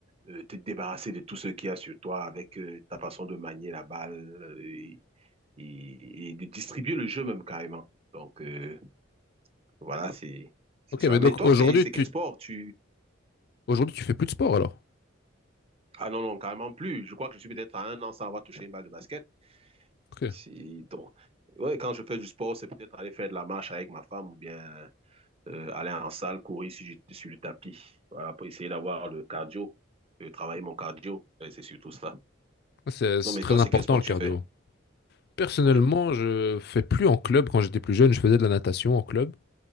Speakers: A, on the right (about 30°); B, on the left (about 50°).
A: euh, te débarrasser de tout ce qu'il y a sur toi avec euh, ta façon de manier la balle euh, et, et, et de distribuer le jeu même carrément. Donc euh, voilà, c'est c'est
B: Ok,
A: ça.
B: mais
A: Mais
B: donc
A: toi,
B: aujourd'hui,
A: c'est c'est
B: tu,
A: quel sport tu
B: aujourd'hui, tu fais plus de sport alors?
A: Ah non non carrément plus. Je crois que je suis peut-être à un an sans avoir touché une balle de basket.
B: Ok.
A: Si, donc, ouais, quand je fais du sport, c'est peut-être aller faire de la marche avec ma femme ou bien euh, aller en salle, courir sur, du- sur le tapis. Voilà, pour essayer d'avoir le cardio, euh, travailler mon cardio. Et c'est surtout ça.
B: Ah, C'est, c'est
A: Non, mais
B: très
A: toi, c'est
B: important
A: quel sport
B: le
A: que
B: cardio.
A: tu fais?
B: Personnellement,
A: Oui.
B: je fais plus en club. Quand j'étais plus jeune, je faisais de la natation en club.